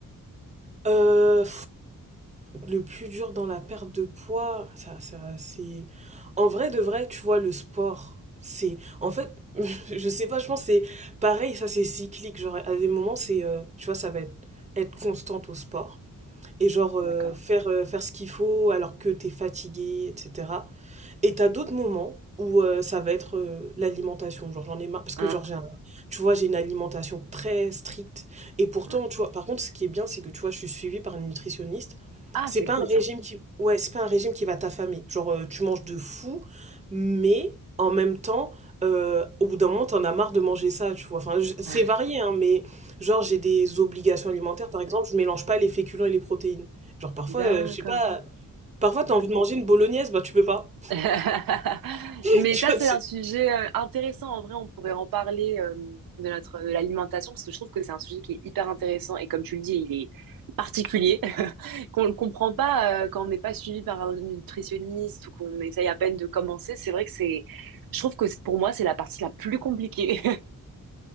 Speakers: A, on the right; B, on the right.
A: Heu, le plus dur dans la perte de poids, ça ça c'est en vrai de vrai, tu vois, le sport, c'est en fait, <laughs> je sais pas, je pense que c'est pareil, ça c'est cyclique, genre à des moments c'est, heu, tu vois, ça va être être constante au sport et genre, heu,
B: D'accord.
A: faire, heu, faire ce qu'il faut alors que t'es fatigué, fatiguée et cetera. Et t'as d'autres moments où, heu, ça va être, heu, l'alimentation. Genre, j'en ai marre parce
B: Hein,
A: que genre j'ai un tu vois, j'ai une alimentation très stricte et pourtant,
B: hein.
A: tu vois par contre, ce qui est bien, c'est que, tu vois, je suis suivie par une nutritionniste.
B: Ah,
A: C'est
B: c'est
A: pas
B: cool
A: un régime
B: ça.
A: qui ouais, c'est pas un régime qui va t'affamer. Genre, heu, tu manges de fou, mais en même temps, heu, au bout d'un moment, t'en as marre de manger ça, tu vois? Enfin, je c'est
B: <laughs>
A: varié, hein, mais genre, j'ai des obligations alimentaires. Par exemple, je mélange pas les féculents et les protéines. Genre, parfois,
B: D'accord.
A: heu, je sais pas, parfois, t'as envie de manger une bolognaise, bah, tu peux pas.
B: <laughs>
A: <laughs>
B: Mais
A: Tu
B: ça,
A: vois,
B: c'est
A: c'est
B: un sujet euh, intéressant. En vrai, on pourrait en parler euh, de notre de l'alimentation parce que je trouve que c'est un sujet qui est hyper intéressant et comme tu le dis, il est particulier <laughs> qu'on ne comprend pas euh, quand on n'est pas suivi par un nutritionniste ou qu'on essaye à peine de commencer. C'est vrai que c'est, je trouve que c'est- pour moi, c'est la partie la plus compliquée.